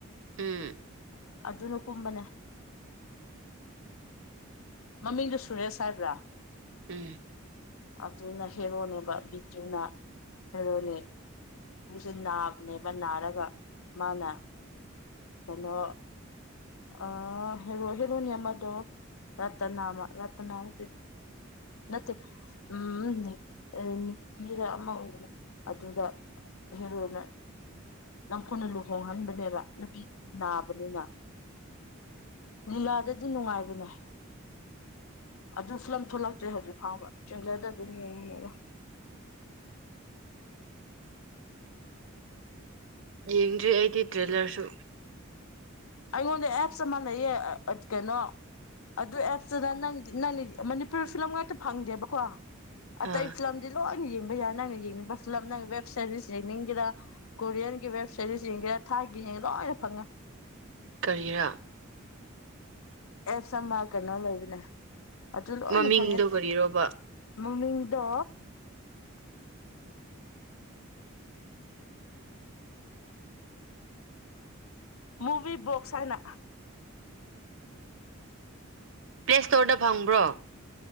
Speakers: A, on the right; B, on the left.
A: ꯎꯝ
B: ꯑꯗꯨꯅ ꯀꯨꯝꯕꯅꯦ ꯃꯃꯤꯡꯗꯨꯣ ꯁꯨꯔꯦꯁ ꯍꯥꯏꯕ꯭ꯔꯥ
A: ꯎꯝ
B: ꯑꯗꯨꯅ ꯍꯦꯔꯣꯅꯦꯕ ꯕꯤꯖꯨꯅ ꯍꯦꯔꯣꯏꯅꯤ ꯑꯗꯨꯁꯨ ꯅꯥꯕꯅꯦꯕ ꯅꯥꯔꯒ ꯃꯥꯅ ꯀꯩꯅꯣ ꯑꯥ ꯍꯦꯔꯣ ꯍꯦꯔꯅꯤꯃꯗꯣ ꯔꯠꯇꯅꯥꯃ ꯔꯠꯇꯅꯥꯔ ꯅꯠꯇꯦ ꯎꯝ ꯅꯤꯀꯤꯔ ꯑꯃ ꯑꯣꯏꯗꯅ ꯑꯗꯨꯗ ꯍꯦꯔꯣꯗ ꯅꯝꯗꯨꯅ ꯂꯨꯍꯣꯡꯍꯟꯕꯅꯦꯕ ꯅꯨꯄꯤꯗꯨꯗꯤ ꯅꯥꯕꯅꯤꯅ
A: <inaudible>
B: ꯂꯤꯂꯥꯗꯗꯤ ꯅꯨꯡꯉꯥꯏꯕꯅꯦ ꯑꯗꯨ ꯐꯤꯂꯝ ꯊꯣꯛꯂꯛꯇ꯭ꯔꯦ ꯍꯧꯖꯤꯛ ꯐꯥꯎꯕ ꯆꯇꯔꯦꯖꯔꯗ ꯑꯗꯨꯝ ꯌꯦꯡꯕꯅꯤꯅ <unintelligible>
A: ꯌꯦꯡꯗ꯭ꯔꯤ ꯑꯩꯗꯤ ꯇ꯭ꯔꯦꯂꯔꯁꯨ
B: ꯑꯩꯉꯣꯟꯗ ꯑꯦꯞꯁ ꯑꯃ ꯂꯩꯌꯦ ꯀꯩꯅꯣ ꯑꯗꯨ ꯑꯦꯞꯁꯇꯨꯗ ꯅꯪ ꯅꯪ ꯐꯤꯂꯝ ꯉꯥꯛꯇ ꯐꯪꯗꯦꯕꯀꯣ ꯑꯇꯩ
A: ꯑꯥ
B: ꯐꯤꯂꯝ ꯁꯤ ꯂꯣꯏꯅ ꯌꯦꯡꯕ ꯌꯥꯏ ꯅꯪꯅ ꯌꯦꯡꯅꯤꯡꯕ ꯐꯤꯂꯝ ꯅꯪ ꯋꯦꯕ ꯁꯦꯔꯤꯁ ꯌꯦꯡꯅꯤꯡꯒꯦꯔꯥ ꯀꯣꯔꯤꯌꯟꯒꯤ ꯋꯦꯕ ꯁꯦꯔꯤꯁ ꯌꯦꯡꯁꯤꯦ ꯊꯥꯏꯒꯤ ꯌꯦꯡ ꯂꯣꯏꯅ ꯐꯪꯉꯦ
A: ꯀꯔꯤꯔ
B: ꯑꯦꯁꯃ ꯀꯩꯅꯣ ꯂꯩꯕꯅꯦ ꯑꯗꯨ ꯂꯣꯏꯅ
A: ꯃꯃꯤꯡꯗꯣ
B: ꯐꯪꯉꯤꯅ
A: ꯀꯔꯤꯔꯣꯕ
B: ꯃꯃꯤꯗꯣ ꯃꯨꯚ ꯕꯣꯛꯁ ꯍꯥꯏꯅ
A: ꯄ꯭ꯂꯦ ꯁ꯭ꯇꯣꯔꯗ ꯐꯪꯕ꯭ꯔꯣ